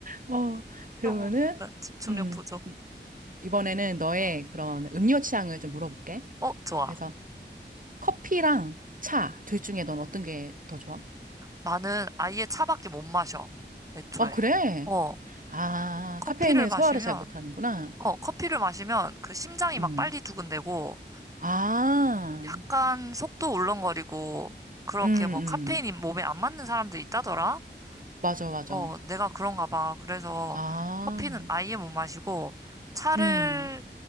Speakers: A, on the right (about 45°); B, on the right (about 15°).
A: 어, 그러면은,
B: 너무 웃긴다. 집중력
A: 음,
B: 부족.
A: 이번에는 너의
B: 어,
A: 그런 음료 취향을 좀 물어볼게.
B: 어, 좋아.
A: 그래서 커피랑 차, 둘 중에 넌 어떤 게 더 좋아?
B: 나는 아예 차밖에 못 마셔. 애초에.
A: 아, 그래?
B: 어,
A: 아,
B: 커피를
A: 카페인에
B: 마시면,
A: 소화를 잘 못하는구나.
B: 어, 커피를 마시면 그 심장이
A: 음.
B: 막 빨리 두근대고,
A: 아,
B: 약간 속도 울렁거리고, 그렇게
A: 음,
B: 뭐 카페인이
A: 음.
B: 몸에 안 맞는 사람들 있다더라?
A: 맞아, 맞아.
B: 어, 내가 그런가 봐. 그래서
A: 아,
B: 커피는 아예 못 마시고 차를
A: 음.